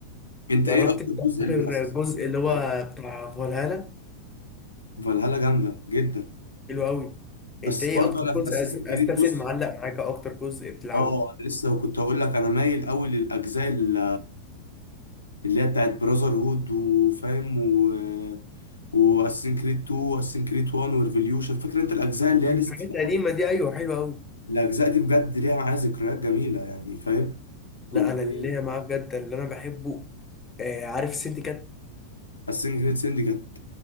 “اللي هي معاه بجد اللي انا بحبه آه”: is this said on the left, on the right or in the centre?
Left